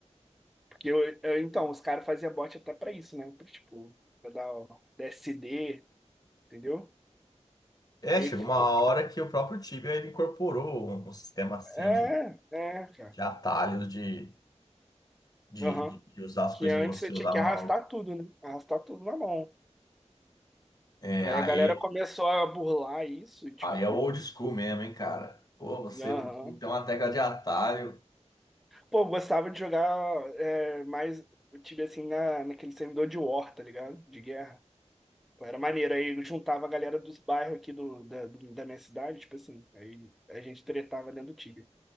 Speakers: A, in the centre; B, on the left.
A: Porque eu, eu- então, os caras faziam bot até pra isso, né? Pra, tipo, pra dar o DSD, entendeu?
B: É,
A: Aí,
B: chegou
A: fo-
B: uma hora que o próprio Tibia ele incorporou um, um sistema assim
A: é,
B: de,
A: é, cara.
B: de atalhos de, de,
A: Aham.
B: de- de usar as
A: Que
B: coisas
A: antes
B: em você,
A: você
B: usar
A: tinha que
B: no
A: arrastar
B: algo.
A: tudo, né? Arrastar tudo na mão.
B: É,
A: Aí
B: aí,
A: a galera começou a burlar isso, tipo,
B: aí é o old school mesmo, hein, cara. Pô, você
A: aham.
B: não tem uma tecla de atalho.
A: Pô, eu gostava de jogar é, mais, eu tive assim, na, naquele servidor de war, tá ligado? De guerra. Pô, era maneiro. Aí eu juntava a galera dos bairros aqui do, da, do- da minha cidade, tipo assim. Aí a gente tretava dentro do Tibia.